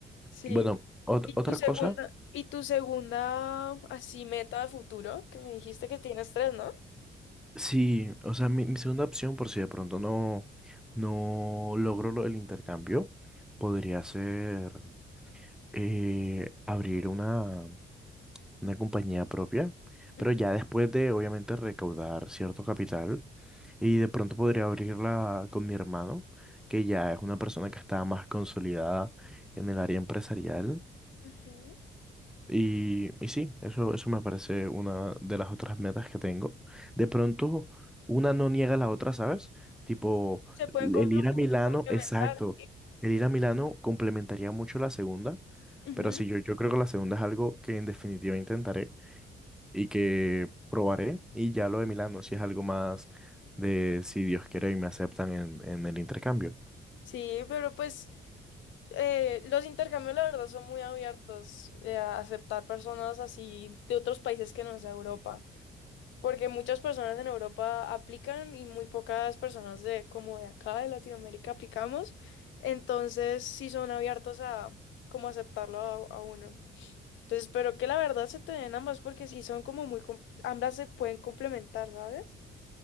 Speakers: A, on the left; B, in the centre.
A: sí.
B: Bueno, ot-
A: ¿Y
B: otra
A: tu segunda,
B: cosa,
A: y tu segunda así meta de futuro? Que me dijiste que tienes tres, ¿no?
B: sí, o sea, mi, mi segunda opción, por si de pronto no, no logro lo- el intercambio, podría ser eh, abrir una una compañía propia, pero
A: Ujú,
B: ya después de obviamente recaudar cierto capital y de pronto podría abrirla con mi hermano, que ya es una persona que está más consolidada en el área empresarial.
A: ujú.
B: Y, y sí, eso, eso me parece una de las otras metas que tengo. De pronto, una no niega a la otra, ¿sabes? Tipo,
A: Se pueden
B: el
A: complementar.
B: ir a Milano,
A: complementar,
B: exacto.
A: sí.
B: El ir a Milano complementaría mucho la segunda,
A: Ujú.
B: pero sí, yo, yo creo que la segunda es algo que en definitiva intentaré y que probaré y ya lo de Milano, si es algo más de si Dios quiere y me aceptan en, en el intercambio.
A: Sí, pero pues eh, los intercambios la verdad son muy abiertos eh, a aceptar personas así de otros países que no sea Europa, porque muchas personas en Europa aplican y muy pocas personas de como de acá de Latinoamérica aplicamos, entonces sí son abiertos a como aceptarlo a, a uno. Entonces espero que la verdad se te den ambas porque sí son como muy, com- ambas se pueden complementar, ¿sabes?